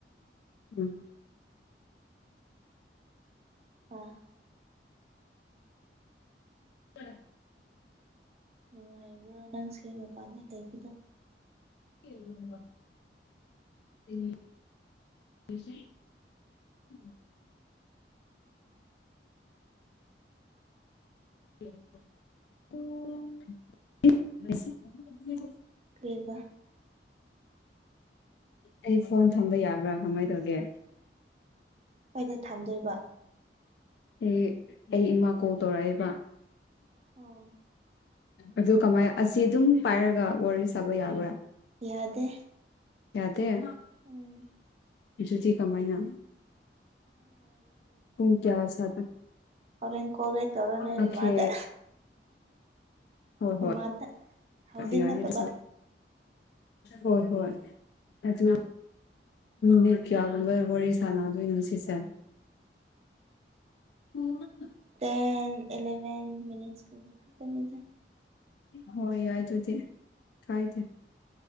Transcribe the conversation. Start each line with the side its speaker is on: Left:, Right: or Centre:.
Left: ꯎꯝ
Right: ꯑꯥ
Left: ꯑꯟꯑꯣꯗꯤꯕꯜ
Right: ꯅꯨꯡꯉꯥꯏꯔꯤꯕ꯭ꯔꯣ ꯅꯪꯁꯦ ꯃꯄꯥꯟꯗ ꯂꯩꯕꯗꯣ
Left: ꯑꯟꯑꯣꯗꯤꯕꯜ ꯑꯟꯑꯣꯗꯤꯕꯜ ꯑꯟꯏꯟꯇꯦꯜꯂꯤꯖꯦꯕꯜ
Right: ꯀꯩꯕ
Left: ꯑꯩ ꯐꯣꯟ ꯊꯝꯕ ꯌꯥꯕ꯭ꯔꯥ ꯀꯃꯥꯏ ꯇꯧꯒꯦ
Right: ꯀꯥꯏꯗ ꯊꯝꯗꯣꯏꯕ
Left: ꯑꯦ ꯑꯩ ꯏꯃꯥ ꯀꯣꯜ ꯇꯧꯔꯛꯑꯦꯕ
Right: ꯑꯣ
Left: ꯑꯗꯨ ꯀꯃꯥꯏ ꯑꯁꯤ ꯑꯗꯨꯝ ꯄꯥꯏꯔꯒ ꯋꯥꯔꯤ ꯁꯥꯕ ꯌꯥꯕ꯭ꯔꯥ
Right: ꯌꯥꯗꯦ
Left: ꯌꯥꯗꯦ
Right: ꯎꯝ
Left: ꯨꯑꯗꯨꯖꯤ ꯀꯃꯥꯏꯅ ꯄꯨꯡ ꯀꯌꯥ ꯁꯥꯗ
Right: ꯑꯟꯏꯟꯇꯦꯜꯂꯤꯖꯦꯕꯜ ꯇꯧꯔꯣ
Left: ꯑꯣꯀꯦ
Right: ꯅꯣꯏ ꯃꯥꯗ
Left: ꯍꯣꯏ
Right: ꯃꯃꯥꯗ
Left: ꯍꯣꯏ
Right: ꯍꯧꯖꯤꯛ
Left: ꯌꯥꯏ
Right: ꯅꯠꯇꯕ
Left: ꯑꯗꯨꯁꯨ ꯍꯣꯏ ꯍꯣꯏ ꯑꯗꯨ ꯅꯤꯠ ꯀꯌꯥꯒꯨꯝꯕ ꯋꯥꯔꯤ ꯁꯥꯟꯅꯗꯣꯏꯅꯣ ꯁꯤꯁꯦ
Right: ꯑꯟꯏꯟꯇꯦꯜꯂꯤꯖꯦꯕꯜ
Left: ꯎꯝ
Right: ꯇꯦꯟ ꯏꯂꯦꯚꯦꯟ ꯃꯤꯠꯁꯀ ꯀꯨꯝꯕ ꯈꯛꯇꯅꯤꯗ
Left: ꯍꯣꯏ ꯌꯥꯏ ꯑꯗꯨꯗꯤ ꯀꯥꯏꯗꯦ